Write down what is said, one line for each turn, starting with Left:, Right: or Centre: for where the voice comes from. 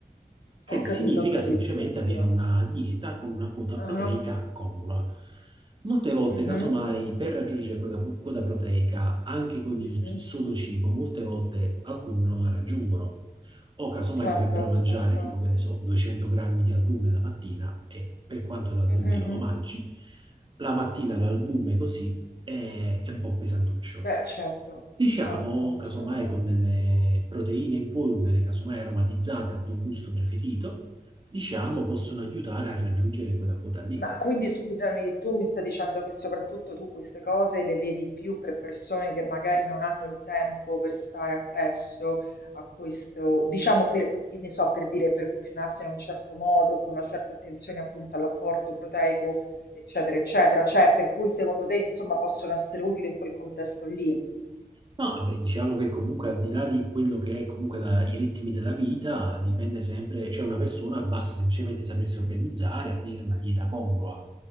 Right: che
Left: Ho
Right: significa
Left: capito, ho capito,
Right: semplicemente
Left: ho capito.
Right: avere una dieta con una quota
Left: Ah.
Right: proteica congrua. Molte volte,
Left: Mhm,
Right: casomai, per raggiungere quella pu- quota proteica, anche con
Left: mhm.
Right: il c- solo cibo, molte volte alcuni non la raggiungono. O casomai
Left: Certo,
Right: dovrebbero mangiare,
Left: certo.
Right: tipo, che ne so, 200 grammi di albume la mattina e per quanto l'albume
Left: Mhm,
Right: io
Left: mhm.
Right: lo mangi, la mattina l'albume così è, è un po' pesantuccio.
Left: Beh, certo,
Right: Diciamo,
Left: certo,
Right: casomai
Left: certo.
Right: con delle proteine in polvere, casomai aromatizzate al tuo gusto preferito, diciamo possono aiutare a raggiungere quella quota lì.
Left: Ma quindi scusami, tu mi stai dicendo che soprattutto tu queste cose le vedi più per persone che magari non hanno il tempo per stare appresso a questo, diciamo per, che ne so, per dire, per cucinarsi in un certo modo, con una certa attenzione appunto all'apporto proteico, eccetera, eccetera. Cioè, per cui secondo te, insomma, possono essere utili in quel contesto lì?
Right: No, vabbè, diciamo che comunque al di là di quello che è comunque la- i ritmi della vita, dipende sempre, cioè una persona basta semplicemente sapersi organizzare, avere una dieta congrua,